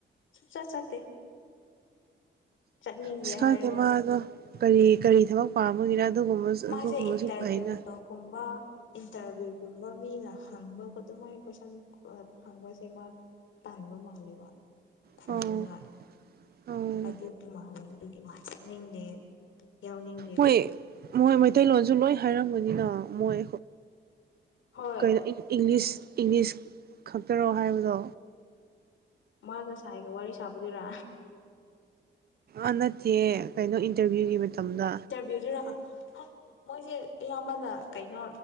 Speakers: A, on the left; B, on the right.
A: ꯁꯨꯡꯆꯥꯠ ꯆꯠꯇꯦ ꯆꯠꯅꯤꯡꯗꯦ
B: ꯑꯁ ꯈꯪꯗꯦ
A: ꯍꯥꯏꯔꯒ
B: ꯃꯥꯗꯣ ꯀꯔꯤ ꯀꯔꯤ ꯊꯕꯛ ꯄꯥꯝꯕꯒꯤꯔ ꯑꯗꯨꯒꯨꯝꯕꯁꯨ
A: ꯃꯥꯁꯦ ꯏꯟꯇꯔꯚꯤꯌꯨꯒꯨꯝꯕ
B: ꯐꯩꯅ
A: ꯏꯟꯇꯔꯚꯤꯌꯨꯒꯨꯝꯕ ꯃꯤꯅ ꯍꯪꯕ ꯑꯗꯨꯃꯥꯏꯅ ꯀꯣꯏꯁꯟ ꯍꯪꯕꯁꯦ ꯃꯥ ꯇꯥꯟꯕꯕ ꯃꯥꯂꯦꯕ ꯈꯣꯟꯅꯤꯉꯥꯏ
B: ꯑꯣ ꯑꯣ
A: ꯑꯗꯨꯗꯤ ꯃꯥꯜꯂꯦ ꯑꯗꯨꯗꯤ ꯃꯥ ꯆꯠꯅꯤꯡꯗꯦ ꯌꯥꯎꯅꯤꯡ
B: ꯍꯣꯏ ꯃꯣꯏ ꯃꯩꯇꯩꯂꯣꯟꯁꯨ ꯂꯣꯏ ꯍꯥꯏꯔꯝꯕꯅꯤꯅ ꯃꯣꯏ
A: ꯍꯣꯏ
B: ꯀꯩꯅꯣ ꯏꯪꯂꯤꯁ ꯏꯪꯂꯤꯁ ꯈꯛꯇꯔꯣ ꯍꯥꯏꯕꯗꯣ
A: ꯃꯥꯒ ꯁꯥꯏꯒ ꯋꯥꯔꯤ ꯁꯥꯕꯗꯨꯔꯥ
B: ꯑ ꯅꯠꯇꯦ ꯀꯩꯅꯣ ꯏꯟꯇꯔꯚꯤꯌꯨꯒꯤ ꯃꯇꯝꯗ
A: ꯔꯥ ꯃꯣꯏꯁꯦ ꯑꯌꯥꯝꯕꯅ ꯀꯩꯅꯣ